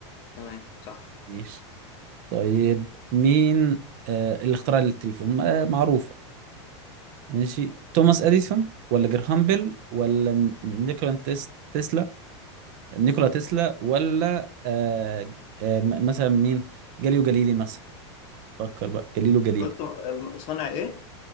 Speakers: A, on the left; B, on the right.
A: تمام صح
B: ماشي طيب مين آه اللي اخترع التليفون آه معروفة ماشي توماس اديسون ولا جراهام بيل ولا ن- نيكولا تيس- تسلا نيكولا تسلا ولا آه آه م- مثلا مين جاليو جاليلي مثلا فكر بقى جاليلو جاليلي
A: قلت آه، صنع إيه؟